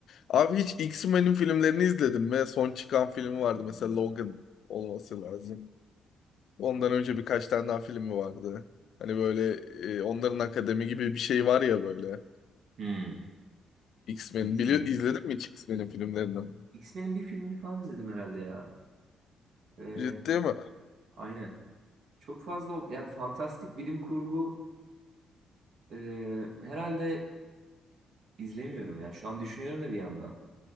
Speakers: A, on the left; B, on the right.
A: Abi hiç X-Men'in filmlerini izledin mi? Son çıkan filmi vardı mesela Logan olması lazım. Ondan önce birkaç tane daha filmi vardı. Hani böyle e, onların akademi gibi bir şey var ya böyle.
B: Hmm.
A: X-Men.
B: X-Men'in.
A: Bili izledin mi hiç X-Men'in filmlerinden?
B: X-Men'in bir filmini falan izledim herhalde ya. Ee,
A: Ciddi mi?
B: aynen. Çok fazla o- yani fantastik bilim kurgu e, herhalde izlemiyorum ya. Şu an düşünüyorum da bir yandan.